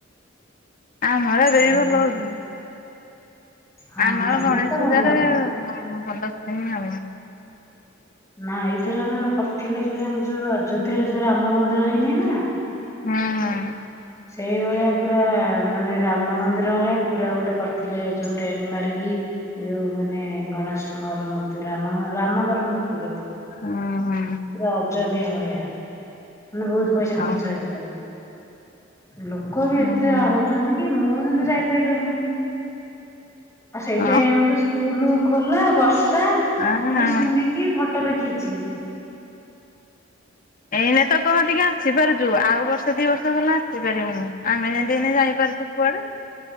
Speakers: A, on the left; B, on the left.
A: ଆମର ଏବେ
B: ଆଉ
A: ବି ଭଲ ହେଉଛି।
B: ହଁ
A: ଆମର
B: ତମର
A: ଗଣେଶ
B: ତ
A: ପୂଜାରେ
B: ଭଲ।
A: <unintelligible> ହବ।
B: ନା ଏଇଥର ମାନେ କରିଥିଲେ ଯୋଉ ଆମ ଯୋଉ ଅଯୋଧ୍ୟ ର ଯୋଉ ରାମ ମନ୍ଦିର ହେଇନି ନା।
A: ହଁ ହଁ।
B: ସେଇ ଭଳିଆ ପୁରା ମାନେ ରାମ ମନ୍ଦିର ଭଳିଆ ପୁରା ଗୋଟେ କରିଥିଲେ ଯୋଉ ଟେଣ୍ଟ ମାରିକି ଯୋଉ ମାନେ ଗଣେଶଙ୍କର ମୂର୍ତ୍ତି ର ରାମଙ୍କର ମୂର୍ତ୍ତି କରିଥିଲେ।
A: ହୁଁ। ହୁଁ
B: ପୁରା ଅଯୋଧ୍ୟା ଭଳିଆ। ମାନେ ବହୁତ ପଇସା ଖର୍ଚ୍ଚ
A: ଓହୋ
B: ହେଇଥିଲା। ଲୋକ ବି
A: ହୁଁ
B: ଏତେ
A: ହୁଁ
B: ହଉଛନ୍ତି କି, ମୁଁ କିନ୍ତୁ ଯାଇପାରିଲିନି। ଆଉ ସେଇଟା
A: ଓ
B: ଆମର ସ୍କୁଲ ଖୋଲା, ବର୍ଷା ଖାଲି
A: ଆ ହଁ।
B: ଶୁଣିକି ଫ ଟ ଦେଖିଛି।
A: ଏଇନେ ତ କଣ ଟିକେ ଆସି ପାରୁଛୁ ଆଉ ବର୍ଷ ଦି ବର୍ଷ ହେଲା ଆସି ପାରିବୁନି ଆମେ ଯେମିତି ଏ ଯାଇ ପାରୁନୁ କୁଆଡେ।